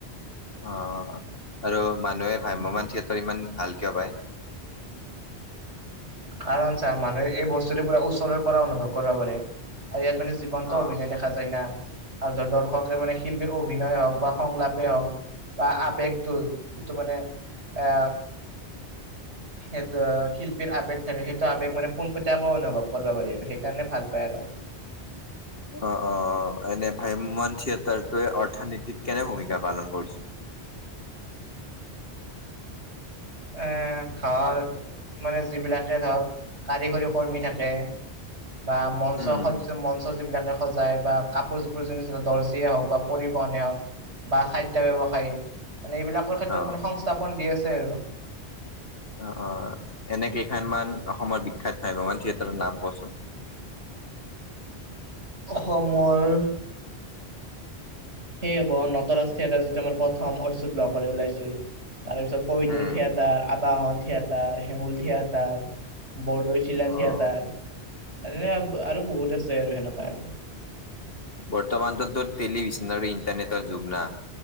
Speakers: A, on the left; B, on the right.
A: অ', আৰু মানুহে ভ্ৰাম্যমাণ থিয়েটাৰ ইমান ভাল কিয় পাই?
B: কাৰণ চা মানুহে এই বস্তুটোৰ পুৰা ওচৰৰ পৰা অনুভৱ কৰিব পাৰে, আৰু ইয়াত মানে জীৱনটো
A: অ'।
B: অভিনয় দেখা দেখা যায় না আৰু ধৰ দৰ্শকে মানে শিল্পীৰ অভিনয় হওক বা সংলাপেই হওক বা আবেগটো, যিটো মানে এ' সেইতো শিল্পীৰ আৱেগ থাকে, সেইটো আৱেগ মানে পোনপোটিয়াকৈ আাকৌ অনুভৱ কৰিব পাৰি আৰু সেইকাৰণে ভাল পায় আৰু।
A: অ', অ', অ', এনে ভ্ৰাম্যমাণ থিয়েটাৰটোৱে অৰ্থনীতিত কেনে ভূমিকা পালন কৰিছে?
B: এ' ধৰ মানে যিবিলাকে ধৰ, কাৰিকৰী কৰ্মী থাকে। বা মঞ্চ
A: উম,
B: খজ্য মঞ্চ যিবিলাকে সজাই বা কাপোৰ-জাপোৰ <unintelligible> দৰ্জিয়ে হওক বা পৰিবহনে হওক বা খাদ্ ব্যৱসায়ী মানে এইবিলাকৰ ক্ষেত্ৰত
A: অ',
B: মানে সংস্থাপন দি আছে আৰু।
A: অ', অ', এনে কেইখমান অসমৰ বিখ্যাত ভ্ৰাম্যমাণ থিয়েটাৰ নাম কোৱাছোন?
B: অসমৰ সেইয়ে হ'ব নটৰাজ থিয়েটাৰ যিটো আমাৰ প্ৰথম অচ্যুত লহ কৰে ওলাইছিল, তাৰেপিছত কহিনুৰ
A: উম,
B: theatre Abahan theatre, Hengul theatre, Bordoisila
A: অ',
B: থিয়েটাৰ। আৰু নে আৰু বহুত আছে আৰু সেনেকা আৰু।
A: বৰ্তমানটো তোৰ টেলিভিছন আৰু ইণ্টাৰনেটৰ যুগ না।